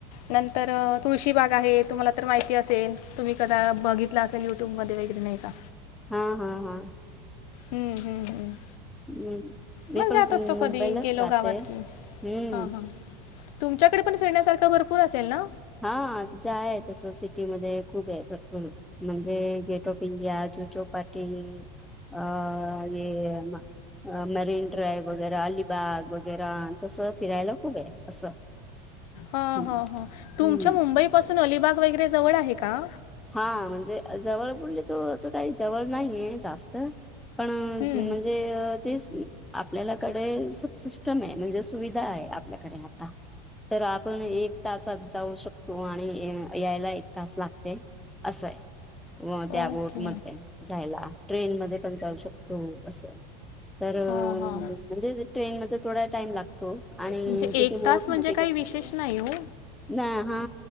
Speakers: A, on the left (about 70°); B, in the centre.
A: नंतर तुळशीबाग आहे तुम्हाला तर माहिती असेल तुम्ही कदा बघितला असेल युट्यूबमध्ये वगैरे नाही का.
B: हा हा हा.
A: हम्म हम्म हम्म.
B: हम्म मी
A: मग
B: पण
A: जात
B: मुंबईलाच
A: असतो कधी गेलो
B: राहते
A: गावात की
B: हम्म
A: हा हा. तुमच्याकडे पण फिरण्यासारखं भरपूर असेल ना.
B: हा तिथं आहे तसं सिटीमध्येध्ये खूप आहे भरपूर म्हणजे गेट ऑफ इंडिया जु चोपाट क अ मरन ड्राय वगैरे अलिबाग वगैरे तस फिरायला खूप आहे असं.
A: ह
B: हम्म
A: ह ह तुमच्या
B: हम्म
A: मुंबई पासून अलिबाग वगैरे जवळ आहे का?
B: हा म्हणजे जवळ बोलले तो असं काही जवळ नाही आहे जास्त. पण
A: हम्म
B: म्हणजे तेच. आपल्यालाकडे स सिस्टम आहे म्हणजे सुविधा आहे आपल्याकडे आता. तर आपण एक तासात जाऊ शकतो आणि यायला एक तास लागते असंय व त्या
A: ओके
B: बोटमध्येध्ये जायला ट्रेन मध्ये पण जाऊ शकतो असं आहे. तर
A: हां हां
B: म्हणजे ट्रेन मध्ये थोडा टाइम लागतो आणि
A: म्हणजे
B: तिथे
A: एक तास
B: बोट
A: म्हणजे
B: मध्ये गे
A: काही विशेष नाही हो.
B: नाही हा